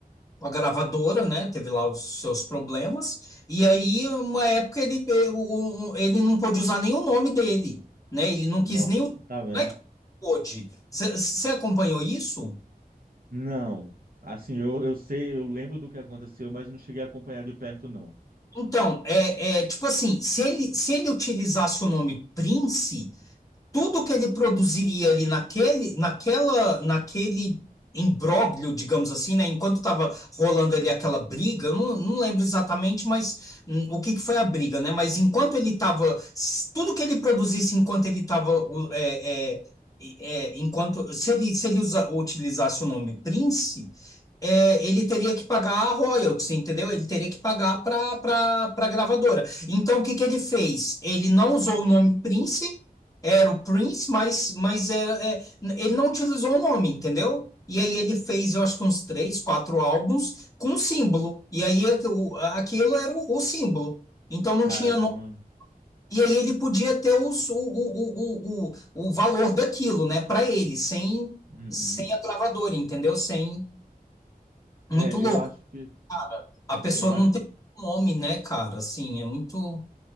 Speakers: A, on the left; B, on the right.
A: a gravadora, né? Teve lá os seus problemas. E aí, uma época, ele, eh, o- o- ele não pôde usar nem o nome dele, né? Ele não
B: nossa,
A: quis nem. o-
B: tá vendo?
A: Não é que não pôde. Você acompanhou isso?
B: Não. Assim, eu, eu sei, eu lembro do que aconteceu, mas não cheguei a acompanhar de perto, não.
A: Então, é, é tipo assim, se ele, se ele utilizasse o nome Prince. tudo que ele produziria ali naquele, naquela, naquele imbróglio, digamos assim, né? Enquanto estava rolando ali aquela briga, eu não, não lembro exatamente, mas hum, o que que foi a briga, né? Mas enquanto ele estava, tudo que ele produzisse enquanto ele estava, é, é, é, enquanto se ele, se ele usa- utilizasse o nome Prince, é, ele teria que pagar a royalties, entendeu? Ele teria que pagar para para a gravadora. Então, o que que ele fez? Ele não usou o nome Prince era o Prince, mas, mas era, é, ele não utilizou o nome, entendeu? E aí ele fez, eu acho que uns três, quatro álbuns com símbolo. E aí aqu- o- aquilo era o, o símbolo. Então não
B: Caramba.
A: tinha nome. E aí ele podia ter os- o, o, o, o, o o valor daquilo, né, para ele, sem,
B: Uhum.
A: sem a gravadora, entendeu? Sem. Muito
B: É,
A: louco,
B: eu acho que,
A: cara. A pessoa
B: eu acho.
A: não tem nome, né, cara? Assim, é muito.